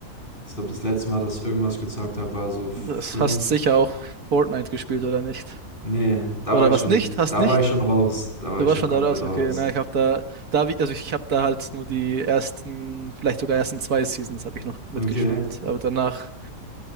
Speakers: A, on the left; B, on the right.
A: ich glaube, das letzte Mal, dass ich irgendwas gezockt habe, war so fünf.
B: Das hast sicher auch Fortnite gespielt, oder nicht?
A: Nee, da
B: Oder
A: war ich
B: was
A: schon,
B: nicht? Hast
A: da
B: nicht?
A: war ich schon raus. Da war
B: Du
A: ich
B: warst
A: schon
B: schon
A: komplett
B: da raus,
A: raus.
B: okay. Na, ich habe da, da hab ich, also ich habe da halt nur die ersten, vielleicht sogar ersten zwei Seasons habe ich noch mitgespielt.
A: Okay.
B: Aber danach,